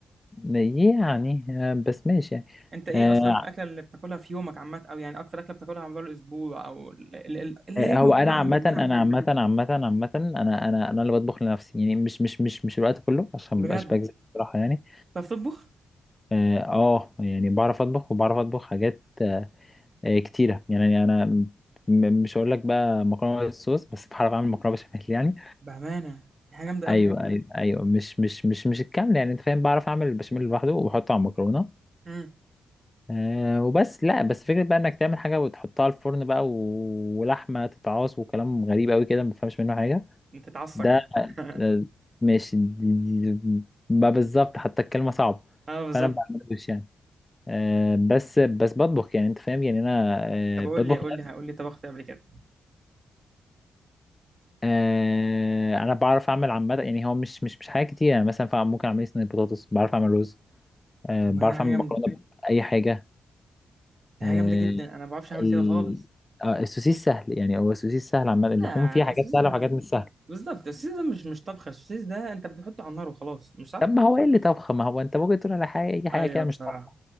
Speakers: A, on the left; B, on the right.
A: يعني آه، بس ماشي يعني
B: انت ايه
A: آه
B: اصلا الاكله اللي بتاكلها في يومك عامه او يعني اكتر اكله بتاكلها على مدار الاسبوع او ال- ال- ال- اللي
A: آه،
B: هي
A: هو
B: موجوده
A: انا
B: عندك
A: عامه
B: دايما
A: انا عامه عامه عامه انا انا انا اللي بطبخ لنفسي يعني مش مش مش مش الوقت كله عشان
B: بجد
A: مبقاش بكذب بصراحه يعني
B: بتعرف تطبخ
A: اه آه، يعني بعرف اطبخ وبعرف اطبخ حاجات آه، كتيره يعني انا م- مش هقول لك بقى مكرونه بالصوص بس بعرف اعمل مكرونه بشاميل يعني
B: بامانه دي حاجه جامده قوي
A: ايوه ايوه ايوه مش مش مش مش الكامل يعني انت فاهم بعرف اعمل البشاميل لوحده وبحطه على المكرونه
B: امم
A: أه وبس لا بس فكره بقى انك تعمل حاجه وتحطها على الفرن بقى و- ولحمه تتعاص وكلام غريب قوي كده ما بفهمش منه حاجه
B: انت تعصب
A: ده
B: <laughs>
A: آه، ماشي دي- دي- ما بالظبط حتى الكلمه صعبه
B: اه بالظبط
A: فانا ما بعملوش يعني آه، بس بس بطبخ يعني انت فاهم يعني انا آه،
B: طب قول
A: بطبخ
B: لي قول
A: لنفسي
B: لي قول لي طبخت إيه قبل كده
A: آه، انا بعرف اعمل عامه يعني هو مش مش مش حاجه كتير يعني مثلا فا- ممكن اعمل لي صينيه بطاطس بعرف اعمل رز آه،
B: طب
A: بعرف
B: ما ده حاجه
A: اعمل
B: جامده
A: مكرونه اي حاجه
B: ده
A: آه،
B: حاجه جامده جدا انا ما بعرفش اعمل
A: ال-
B: كده خالص
A: آه، السوسيس سهل يعني هو السوسيس سهل عامه اللحوم
B: لا
A: فيها حاجات
B: السوسيس
A: سهله
B: ده
A: وحاجات مش سهله
B: بالظبط السوسيس ده مش مش طبخه السوسيس ده انت بتحطه على النار وخلاص مش صح
A: طب ما هو ايه اللي طبخه ما هو انت ممكن تقول على حاجه اي حاجه
B: ايوه
A: كده مش
B: بصراحه
A: طبخه